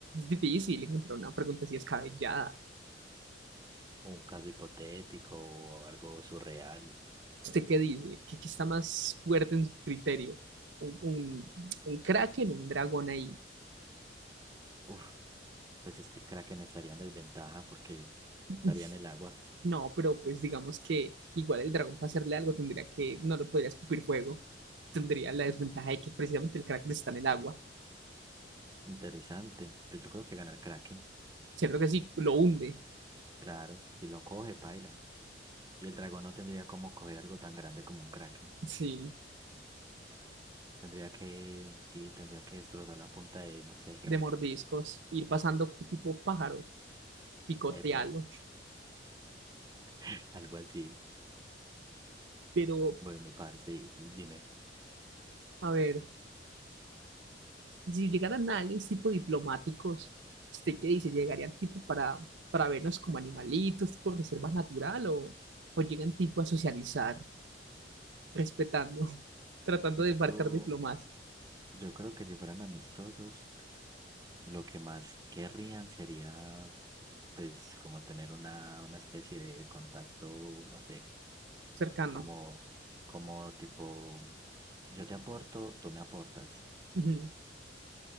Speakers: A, on the right (about 80°); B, on the right (about 20°).
A: difícil encontrar una pregunta así descabellada.
B: un caso hipotético o algo surreal.
A: ¿Usted qué dice? ¿Qué, qué está más fuerte en su criterio? ¿Un, un, un kraken, un dragón ahí?
B: Uf, pues es que el Kraken estaría en desventaja porque
A: <laughs>
B: estaría en el agua.
A: No, pero pues digamos que igual el dragón para hacerle algo tendría que, no lo podría escupir fuego. Tendría la desventaja de que precisamente el kraken está en el agua.
B: Interesante. Pues yo creo que gana el Kraken.
A: Cierto que sí, lo hunde.
B: Claro, si lo coge, paila. Y el dragón no tendría como coger algo tan grande como un Kraken.
A: Sí,
B: Tendría que, sí, tendría que destrozar la punta de, no sé,
A: de mordiscos, ir pasando tipo pájaro, picotearlo.
B: <laughs> epa, <laughs> algo así.
A: Pero,
B: Bueno, parce, y, y dime.
A: a ver. si llegaran a aliens tipo diplomáticos, ¿usted qué dice? ¿Llegarían tipo para, para vernos como animalitos, tipo reserva natural o, o llegan tipo a socializar, respetando, <laughs> tratando
B: Pues
A: de
B: yo
A: embarcar
B: creo,
A: diplomacia
B: yo creo que si fueran amistosos. Lo que más querrían sería, pues, como tener una, una especie de contacto, no sé,
A: cercano?
B: como, como tipo, yo te aporto, tú me aportas.
A: Ujú,